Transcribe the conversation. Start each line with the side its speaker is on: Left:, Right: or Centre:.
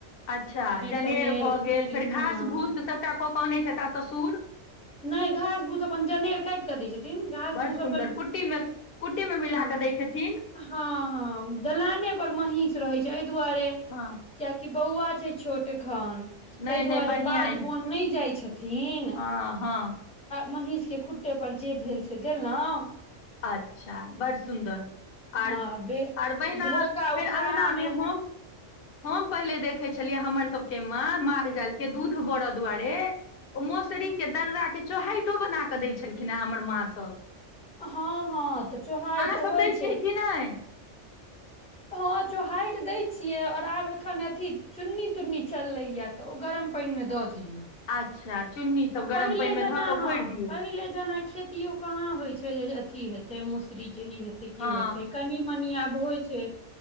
Left: अच्छा जनेर
Centre: तनेर
Left: भऽ
Centre: कुट्टी
Left: गेल फेर
Centre: हँ
Left: घास भूस सभटा कऽ केऽ अनै छथि ससुर
Centre: नहि घास भूस अपन जनेर काटि कऽ दै छथिन घास
Left: बड़
Centre: भूस
Left: सुन्दर
Centre: अपन
Left: कुट्टी मे कुट्टी में मिल
Centre: हँ
Left: क दैैतथिन
Centre: हँ हँ दलाने पर महींस रहै छै एहि दुआरे
Left: हँ
Centre: कयाकि बौआ छै छोट एखन तहि
Left: नहि
Centre: दुआरे
Left: नहि बढ़िआँ
Centre: बाध
Left: अइ
Centre: बन नहि जाय छथिन
Left: हँ हँ
Centre: महींष के खुट्टे पर जे भेल से देलहुँ
Left: अच्छा बड़ सुन्दर
Centre: हँ
Left: आर
Centre: बे
Left: आर बहिना
Centre: भोरका
Left: फेर
Centre: उखराहा
Left: अङ्गना
Centre: में
Left: मे हम हम पहिले देखै छलियै हमर सबके माँ माल जाल के दूध बरऽ दुआरे ओ मोसरीके दर्राके चोहाइटो बनाकऽ दै छलखिन हेँ हमर माँसब
Centre: हँ हँ तऽ चुहाइ तऽ
Left: सब
Centre: होइ
Left: दै छियै
Centre: छै
Left: कि नहि
Centre: हँ चोहाट दय छिये और आब एखन अथी चुन्नी तुन्नी चललै य तऽ ओ गरम पानि में दऽ दियौ
Left: अच्छा चुन्नी सब
Centre: आ पहिले
Left: गरम पानि मे
Centre: जेना
Left: धऽ कऽ
Centre: हँ
Left: घोरि दियौ
Centre: पहिले जेना खेति कहाँ होइत छै जे अथी हेतै मुस स्त्री के ई हेते कओ
Left: हँ
Centre: हेते कनि मनी आब होइ छै